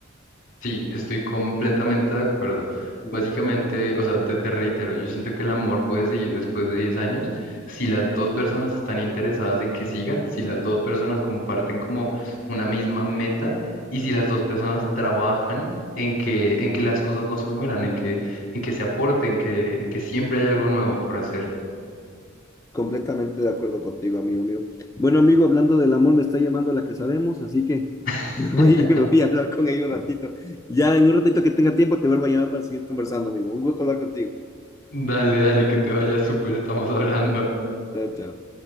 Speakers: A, on the left; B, on the left.
A: Sí, estoy completamente de acuerdo.
B: Mm.
A: Básicamente, o sea, te, te reitero, yo siento que el amor puede seguir después de 10 años si las dos personas están interesadas en que siga, si las dos personas comparten como una misma meta y si las dos personas trabajan en que, en que las cosas no se mueran, en que, en que se aporten, que, en que siempre hay algo nuevo por hacer.
B: Completamente de acuerdo contigo, amigo mío. Bueno, amigo, hablando del amor, me está llamando la que sabemos, así que
A: <laughs>
B: me voy, <laughs> me voy a hablar con ella un ratito. Ya en un ratito que tenga tiempo, te vuelvo a llamar para seguir conversando, amigo. Un gusto hablar contigo.
A: Dale, dale, que te vaya súper, estamos hablando.
B: Chao, chao.